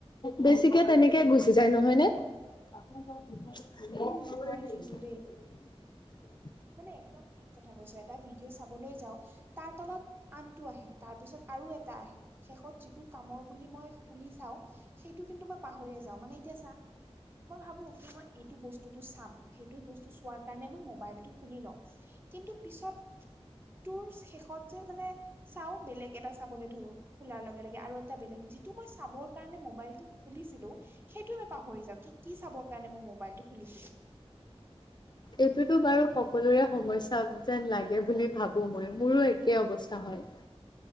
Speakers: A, on the left (about 45°); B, on the right (about 20°).
A: বেছিকে তেনেকে গুচি যায় নহয় নে? <unintelligible>
B: উম হয় কিন্তু দেই মানে একদম ঠিক কথা কৈছো এটা ভিডিঅ' চাবলৈ যাওঁ। তাৰ তলত আনটো আহে তাৰ পিছত আৰু এটা আহে। শেষত যিটো কামৰ বুলি মই খুলি চাওঁ সেইটো কিন্তু মই পাহৰিয়ে যাওঁ মানে এতিয়া চা মই ভাবো কি মই এইটো বস্তুটো চাম সেইটো বস্তু চোৱাৰ কাৰণে মই মোবাইলটো খুলি লওঁ। কিন্তু পিছত তোৰ শেষত যে মানে চাওঁ বেলেগ এটা চাবলৈ ধৰো। খোলাৰ লগে লগে আৰু এটা বেলেগ যিটো মই চাবৰ কাৰণে মোবাইলটো খুলিছিলো সেইটোৱে মই পাহৰি যাওঁ কি কি চাবৰ কাৰণে মই মোবাইলটো খুলিছিলো।
A: এইটোতো বাৰু সকলোৰে সমস্যা যেন লাগে বুলি ভাবো মই মোৰো একেই অৱস্থা হয়।